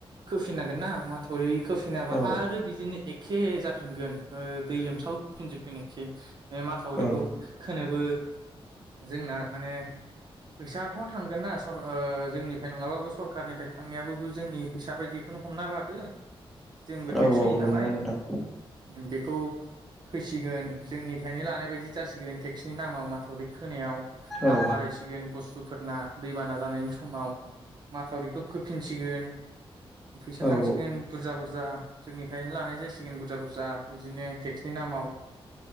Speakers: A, on the right (about 45°); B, in the centre.
A: खोफिननांगोन ना माथावरि खोफिनाबा
B: औ
A: आरो बिदिनो एखे जाफिनगोन दै लोमसावफिनजोबगोन एखे बे मासावरिखौ
B: औ ओं
A: खोनोब जोंना माने फैसााथ' थांगोन ना जोंनिफ्राय नङाबाबो सरकखारारनिफ्राय थांनायाबो जोंनि फैसा बायदिखौनो हमना लादो जोंबो
B: औ
A: टेक्स
B: औ
A: होयो
B: नंगौ
A: नालाय
B: नोंथां
A: बे खौ फैसिगोन जोंनिफ्रायनो लानाय बायदि जासिगोन टेक्सनि दामाव माथावरि खोनायाव दाम
B: औ
A: बारायसिगोन बुस्थुफोरना दैबाना जानायनि समाव माथावरिखौ खोफिनसिगोन। फैसा
B: औ
A: थांसिगोन बुरजा बुरजा जोंनिफ्रायनो लानाय जासिगोन बुरजा बुरजा बिदिनो टेक्सनि नामाव